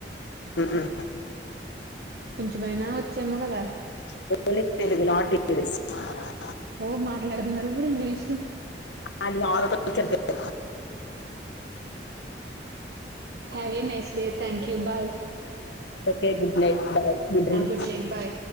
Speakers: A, on the left (about 85°); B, on the right (about 60°).
A: ఉహు
B: కొంచమైనా వచ్చేమో కదా
A: పో తెలుగు నాటి ఏ
B: ఓ మాట్లాడన్నారురు కూడా ఇంగ్లిష్
A: అది ఆల్ వచ్చేది
B: హవ నైస్ డేథం bye
A: okay good night bye good dreams
B: good night బయ